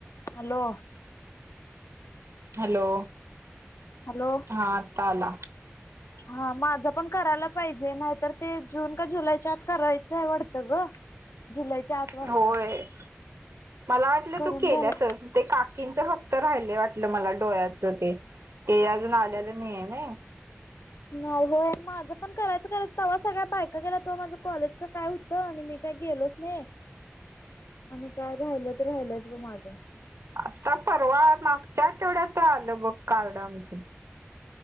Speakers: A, on the left; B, on the right.
A: हॅलो
B: हॅलो
A: हॅलो
B: हा आता आला
A: हा माझं पण करायला पाहिजे नाही तर ते जून का जुलैच्या आत करायचं आहे वाढतं ग जुलैच्या आत वाढतं
B: होय मला वाटलं
A: करून
B: तू केल्यासच
A: घ्याला
B: ते काकींचं फक्त राहिले वाटलं मला डोळ्याच ते ते अजून आलेलं नाही आहे ना
A: नाही होय माझं पण करायच करायं तेव्हा सगळ्या बायका गेला तव्हा माझं कॉलेज का काय होतं आणि मी काय गेलोच नाही
B: <inaudible>
A: आणि काय राहिलं तर राहिलाच ब माझं
B: आता परवा मागच्या आठवड्यात आलं बघ कार्ड आमचं